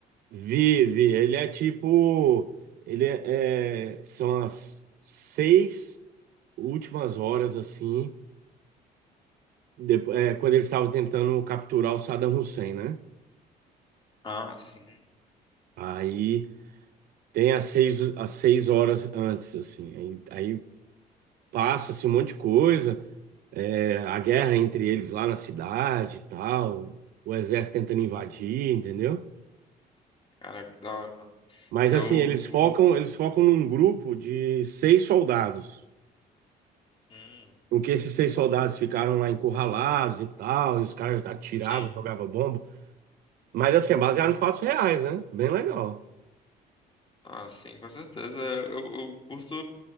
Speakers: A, on the right; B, on the left.
A: Vi, vi. Ele é tipo. Ele é, é- são as seis últimas horas, assim, depois, é, quando eles estavam tentando capturar o Saddam Hussein, né?
B: Ah, sim.
A: Aí tem as seis, as seis horas antes, assim. Aí, aí passa-se um monte de coisa. é, a guerra entre eles lá na cidade e tal. O exército tentando
B: sim.
A: invadir, entendeu?
B: Caraca, que da hora, mano.
A: Mas
B: Eu.
A: assim, eles focam, eles focam num grupo de seis soldados.
B: Hum,
A: Com que esses seis soldados ficaram lá encurralados e tal, e os caras atiravam,
B: sim.
A: jogavam bomba. Mas assim, é baseado em fatos reais, né? Bem legal.
B: Ah, sim, com certeza. Eu, eu curto,